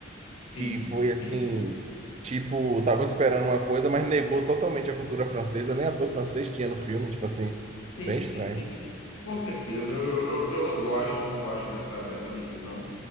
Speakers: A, on the left; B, on the right.
A: Sim,
B: que foi
A: sim.
B: assim, tipo, tava esperando uma coisa, mas negou totalmente a cultura francesa, nem ator francês tinha no filme, tipo assim,
A: Sim,
B: bem estranho.
A: sim, sim. Com certeza. Eu, eu, eu eu não gosto, não gosto dessa, dessa decisão.